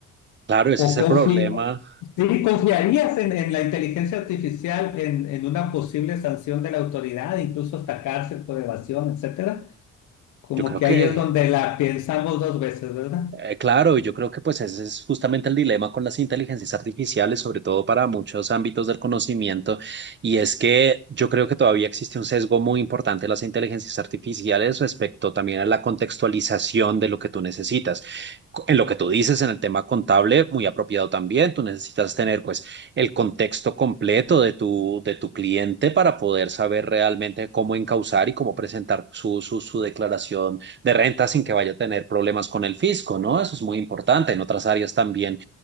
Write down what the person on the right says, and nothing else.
claro, ese
es el
problema.
Yo creo
que
Eh, claro, yo creo que pues ese es justamente el dilema con las inteligencias artificiales, sobre todo para muchos ámbitos del conocimiento, y es que yo creo que todavía existe un sesgo muy importante de las inteligencias artificiales respecto también a la contextualización de lo que tú necesitas. Co- En lo que tú dices en el tema contable, muy apropiado también, tú necesitas tener pues el contexto completo de tu, de tu cliente para poder saber realmente cómo encauzar y cómo presentar su, su, su declaración de renta sin que vaya a tener problemas con el fisco, ¿no? Eso es muy importante. En otras áreas también